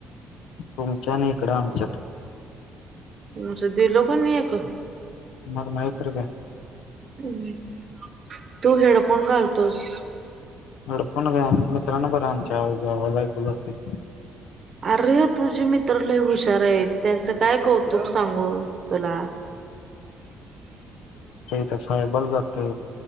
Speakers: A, on the left; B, on the right.
A: तुमच्या आणि इकडं आमच्यात.
B: म अमच दिलो पण का?
A: मग नाही तर काय.
B: हम् तू हेडफोन घालतोस.
A: हेडफोन घा मित्रांनो बर आमच्या आवज ऐकू जातोय.
B: अरे तुझी मित्रलय हुशारेत त्यांचं काय कौतुक सांगू तुला.
A: ते साहेबाला जाते